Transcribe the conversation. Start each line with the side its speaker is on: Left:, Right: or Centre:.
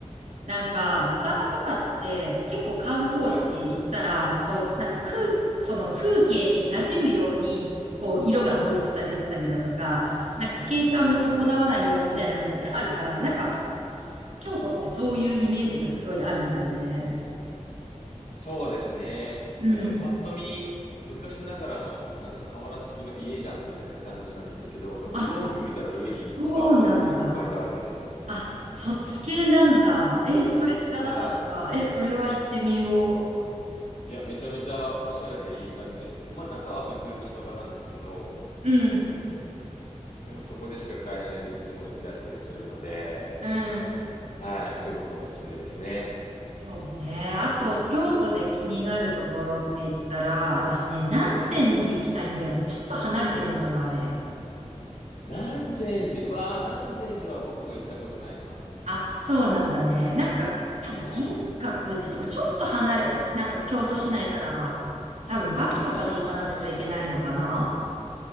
Right: なんか、スタバとかって結構観光地行ったら、
Left: は
Right: そう、なんか空、その風景に馴染むように、こう、色が統一されてたりだとか、なんか景観を損なわないようにみたいなのってあるから、
Left: い。うん。
Right: なんか、す京都ってそういうイメージがすごいあるんだよね。
Left: そうですね。
Right: うん。
Left: なんかパッと見、昔ながらの、なんか瓦付きの家じゃんみたいな感じなんですけど、でもよーく見たら上にスターバックスって書いてあるんですよ。
Right: あ、そうなんだ。あ、そっち系なんだ。え、それ知らなかった。
Left: は
Right: え、それは行ってみよ
Left: い。いや、めちゃめちゃおしゃれでいい感じですよ。まあ中は普通にスタバなんですけど、
Right: う。うん、
Left: でもそこでしか買えないグッズも売ってあったりするので、
Right: うん。
Left: はい、すごくおすすめですね。
Right: そうね。あと、京都で気になるところって言ったら、私ね、南禅寺行きたいんだよね。ちょっと離れてるのかな、あれ。
Left: 南禅寺、わあ、南禅寺は僕も行ったことないな。
Right: あ、そうなんだね。なんか、多分、
Left: はい。
Right: 銀閣寺とか、ちょっと離れ、なんか、京都市内からは、多分、バスとかで行かなくちゃいけないのかな。
Left: うんうんうんうん。